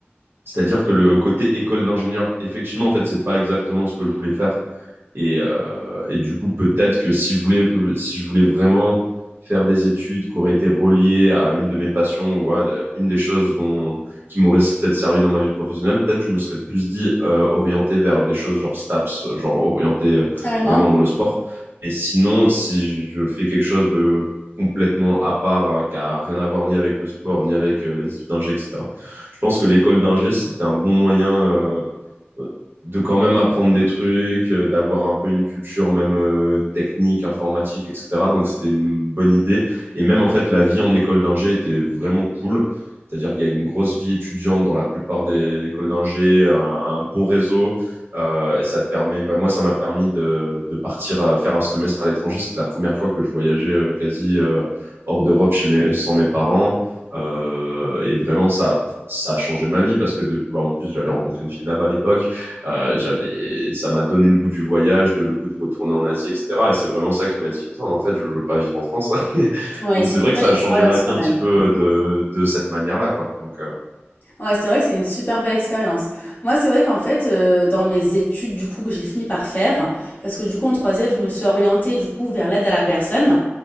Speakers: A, on the right; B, on the left.
A: C'est-à-dire que le côté école d'ingénieur, effectivement, en fait, c'est pas exactement ce que je voulais faire Et, euh, et du coup, peut-être que si je voulais, euh, si je voulais vraiment faire des études qui auraient été reliées à une de mes passions ou à de- une des choses dont, qui m'auraient peut-être servi dans ma vie professionnelle, peut-être je me serais plus dit euh, orienté vers des choses genre STAPS, euh, genre orienté euh,
B: Carrément.
A: vraiment dans le sport. Mais sinon, si je fais quelque chose de complètement à part, hein, qui a rien à voir ni avec le sport, ni avec euh, les études d'ingé, etc., je pense que l'école d'ingé, c'était un bon moyen. euh, de quand même apprendre des trucs, euh, d'avoir un peu une culture même euh, technique, informatique, etc. Donc c'était une bonne idée. Et même en fait, la vie en école d'ingé était vraiment cool. C'est-à-dire qu'il y a une grosse vie étudiante dans la plupart des écoles d'ingé, un, un bon réseau. euh, et ça te permet, bah, moi, ça m'a permis de, de partir à faire un semestre à l'étranger. C'était la première fois que je voyageais euh, quasi euh, hors d'Europe chez mes, sans mes parents. Euh, et vraiment, ça, ça a changé ma vie parce que de, bah, en plus, j'avais rencontré une fille là-bas à l'époque. Euh, j'avais, ça m'a donné le goût du voyage, de le goût de retourner en Asie, etc. Et c'est vraiment ça qui m'a dit, attends, en fait, je veux pas vivre en France. <laughs>
B: Ouais,
A: Donc
B: c'est
A: c'est vrai
B: une
A: que
B: belle
A: ça
B: expérience
A: a changé ma vie
B: quand
A: un
B: même.
A: petit peu euh, de, de cette manière-là, quoi. Donc euh,
B: Ouais, c'est vrai que c'est une super belle expérience. Moi, c'est vrai qu'en fait, euh, dans mes études, du coup, que j'ai fini par faire, parce que du coup, en troisième, je me suis orientée, du coup, vers l'aide à la personne.